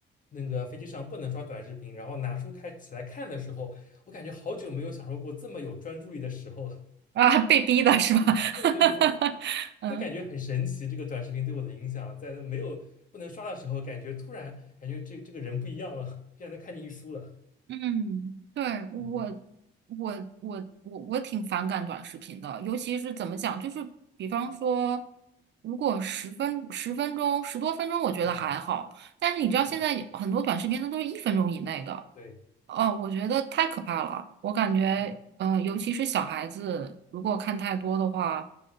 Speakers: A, on the left; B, on the right.
A: 那个飞机上不能刷短视频，然后拿书开起来看的时候，我感觉好久没有享受过这么有专注力的时候了。
B: 啊，被逼的是吧？
A: <laughs> 对对对对，
B: <laughs> 嗯。
A: 就感觉很神奇，这个短视频对我的影响，在那没有不能刷的时候，感觉突然感觉这这个人不一样了，竟然能看进去书了。
B: 嗯，对，我
A: 嗯
B: 我我我我挺反感短视频的，尤其是怎么讲，就是比方说，如果十分十分钟十多分钟，我觉得还好，
A: 嗯
B: 但是你知道现在有很多短视频它都是一分钟以内的，
A: 嗯，对
B: 哦，我觉得太可怕了，我感觉，
A: 对
B: 呃，尤其是小孩子如果看太多的话，